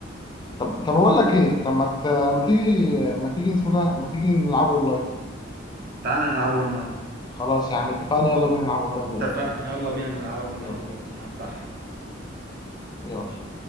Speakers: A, on the left; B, on the right.
A: طب طب اقول لك ايه طب ما ت... ما تيجي ما تيجي اسمه ده ما تيجي نلعب اونلاين
B: تعال نلعبه اونلاين.
A: خلاص يا عم اتفقنا يلا بينا نلعب اونلاين دلوقتي
B: اتفقنا. يا الله بنا نلعبه اونلاين
A: يلا
B: دلوقتي. انا افتحه.
A: يلا